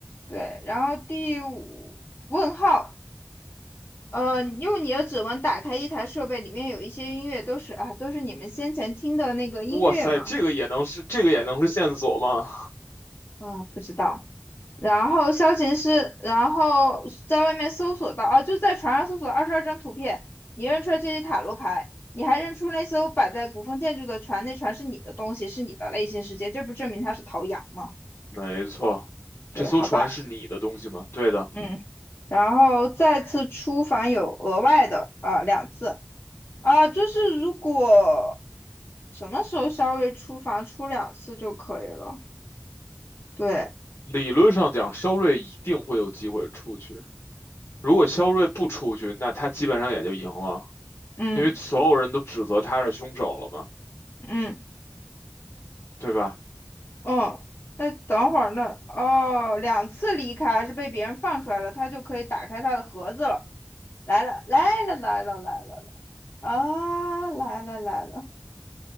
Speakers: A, on the left; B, on the left.
A: 对，然后第五问号，呃，用你的指纹打开一台设备，里面有一些音乐，都是啊，都是你们先前听的那个音乐嘛？
B: 哇塞，这个也能是这个也能是线索吗？
A: 啊，不知道。然后消琴师，然后在外面搜索到，啊，就在船上搜索二十二张图片，你认出来这些塔罗牌，你还认出那艘摆在古风建筑的船，那船是你的东西，是你的内心世界，这不证明它是陶阳吗？
B: 没错，
A: 对，
B: 这艘船是你的东西吗？
A: 好吧，
B: 对的，
A: 嗯。然后再次出访有额外的啊，呃，两次。啊，就是如果什么时候肖微出房出两次就可以了。对，
B: 理论上讲，肖瑞一定会有机会出去。如果肖瑞不出去，那他基本上也就赢了。
A: 嗯
B: 因为所有人都指责他是凶手了嘛，
A: 嗯
B: 对吧？
A: 嗯，那等会儿那哦，两次离开还是被别人放出来了，他就可以打开他的盒子了。来了来了来了来了啊，来了来了，